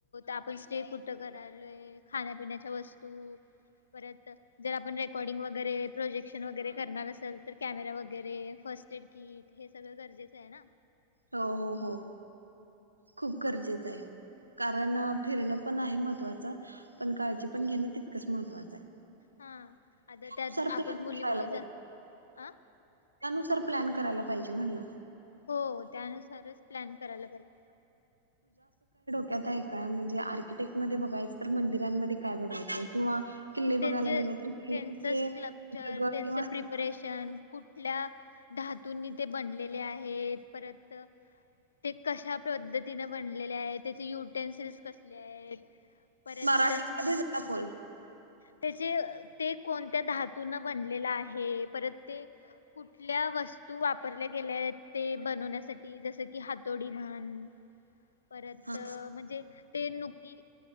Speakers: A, on the left (about 70°); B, on the right (about 80°).
A: आपण स्टे कुठं करायलोय. खाण्यापिण्याच्या वस्तू, परत जर आपण रेकॉर्डिंग वगैरे प्रोजेक्शन वगैरे करणार असेल, तर कॅमेरा वगैरे फर्स्ट एड किट हे सगळं गरजेचं आहे ना.
B: हो, हो, हो खूप गरजेचं आहे. कारण
A: हा
B: फिरणं पण आहे म महत्वाच, पण काळजी पण घेणं तितकंच महत्त्वाचं आहे.
A: हा आता
B: त्यानुसार
A: त्यात
B: प्लॅन
A: आपण मुली
B: करायला
A: मुली जा
B: पाहिजे
A: आ
B: त्यानुसार प्लॅन करायला पाहिजे म्हटलं.
A: हो त्यानुसारच प्लॅन करायला पाहिजे.
B: त्यात आहे काय म्हणजे आर्किटेक्टमध्ये बघायचं तर मंदिरांमध्ये काय बघायचं किंवा किल्ले
A: त्यांचे
B: बघायला गेलं
A: त्यांच
B: तर किल्ल्यांचे
A: सक्लपचर
B: दगड
A: त्यांच
B: किंवा
A: प्रिपरेशन कुठल्या धातूंनी ते बनलेले आहेत, परत ते कशा पद्धतीने बनलेले आहेत, त्याचे युटेन्सिल्स कसले आहेत. परत
B: मराठीमध्ये जरा बोल.
A: त्याचे ते कोणत्या धातून बनलेला आहे, परत ते कुठल्या वस्तू वापरल्या गेल्या आहेत ते बनवण्यासाठी. जस कि हातोडी म्हण परत
B: हा
A: म्हणजे ते नुकी